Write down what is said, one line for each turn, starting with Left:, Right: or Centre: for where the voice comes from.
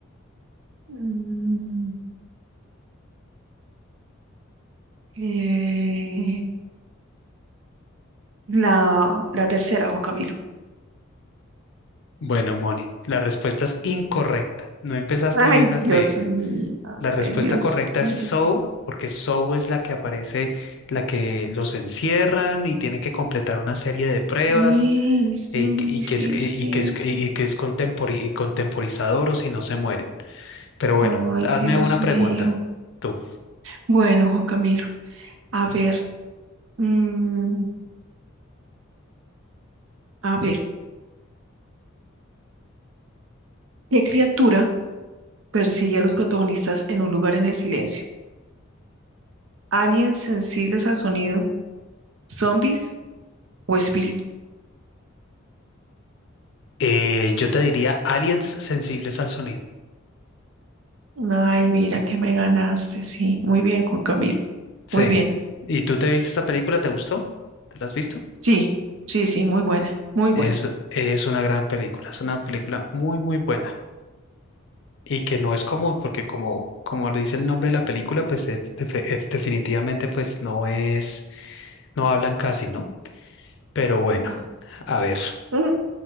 Right: Mm, eh, la, la tercera, Juan Camilo.
Left: Bueno, Moni, la respuesta es incorrecta. No empezaste
Right: Ay,
Left: bien la trivia.
Right: Dios mío.
Left: La respuesta
Right: Ay, Dios
Left: correcta
Right: mío.
Left: es Sow, porque Sow es la que aparece, la que los encierran y tiene que completar una serie de pruebas
Right: Sí, sí,
Left: eh, que- y, que
Right: sí,
Left: es, y
Right: sí.
Left: que es, y que es contempori- contemporizador o si no se mueren. Pero bueno,
Right: Ay,
Left: hazme
Right: Dios
Left: una pregunta,
Right: mío.
Left: tú.
Right: Bueno, Juan Camilo, a ver, mm, a ver, ¿qué criatura persigue a los protagonistas en un lugar en el silencio? ¿Aliens sensibles al sonido, zombies o espíritus?
Left: Eh, yo te diría aliens sensibles al sonido.
Right: Ay, mira que me ganaste, sí, muy bien, Juan Camilo,
Left: Sí.
Right: muy bien,
Left: ¿Y tú te viste esa película? ¿Te gustó? ¿Te la has visto?
Right: sí, sí, sí, muy buena, muy buena.
Left: Es, es una gran película, es una película muy, muy buena. y que no es común, porque como, como lo dice el nombre de la película, pues eh, defe- eh, definitivamente pues no es, no hablan casi, ¿no? Pero bueno,
Right: Ah.
Left: a ver.
Right: Mm,